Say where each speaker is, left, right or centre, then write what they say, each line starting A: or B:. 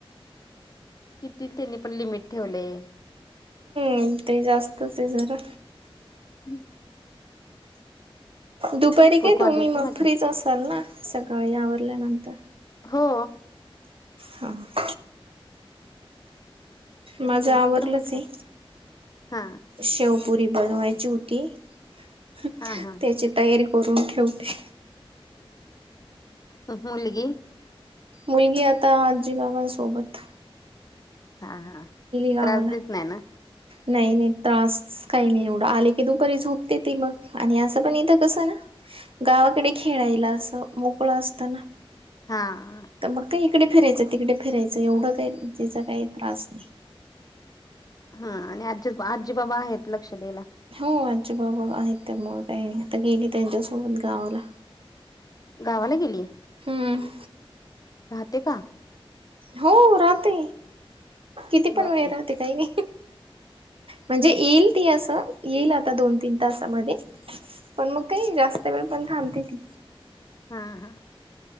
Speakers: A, on the left; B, on the right.
A: किती त्यांनी पण लिमिट ठेवलेय.
B: पण ते जास्तच हे झाल.
A: हम्म.
B: दुपारी काय
A: कॉल
B: तुम्ही
A: आहेत ना
B: मग
A: माझे.
B: फ्रीच असाल ना सकाळी आवरल्यानंतर.
A: हो.
B: हा. माझं
A: ते मंत्र
B: आवरलच
A: म्हंटलं
B: आहे.
A: हा
B: शेवपुरी बनवायची होती <unintelligible>
A: हा हा
B: त्याची तयारी करून ठेवते.
A: <inaudible> मुलगी.
B: मुलगी आता आजी बाबां सोबत
A: हा हा
B: गावाला
A: त्रास देत नाही ना
B: नाही नाही त्रास काही नाही एवढं आले की दुपारी झोपते ते मग आणि असं पण येतं कसं ना गावाकडे खेळायला असं मोकळ असत ना
A: हा
B: तर मग काय इकडे फिरायचं तिकडे फिरायचं एवढं काही जिचा काही त्रास नाही
A: हा आणि आजी आजी बाबा आहेत लक्ष द्यायला.
B: हो आजी बाबा आहेत त्यामुळ कायं आता गेली त्यांच्यासोबत गावाला.
A: गावाला गेली हे.
B: हम्म
A: राहते का?
B: हो राहते किती पण
A: बापरे
B: वेळ राहते काही नाही म्हणजे येईल ती असं येईल आता दोन तीन तासामध्ये पण मग काही जास्त वेळ पण थांबते ती
A: हा हा